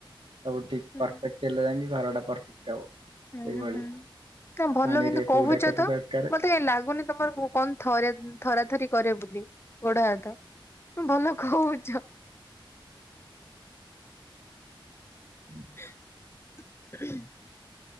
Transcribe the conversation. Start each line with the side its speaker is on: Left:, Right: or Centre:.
Right: ସବୁ ଠିକ୍
Left: ହୁଁ
Right: ପରଫେକ୍ଟ ହେଲେ ଯାଇକି, ଘର ଟା ପରଫେକ୍ଟ ହବ।
Left: ହୁଁ,
Right: ସେଇଭଳି
Left: ହୁଁ, ତମେ ଭଲ
Right: ପାଣିରେ
Left: କିନ୍ତୁ
Right: କୋଉଟା
Left: କହୁଛ
Right: କେତେ
Left: ତ।
Right: ଦରକାର
Left: ମତେ କାଇଁ ଲାଗୁନି ତମର କଣ ଥରେ ଥରା ଥରି କରେ ବୋଲି ଗୋଡ ହାତ। ଭଲ କହୁଛ?
Right: ହୁଁ। <unintelligible>
Left: <unintelligible>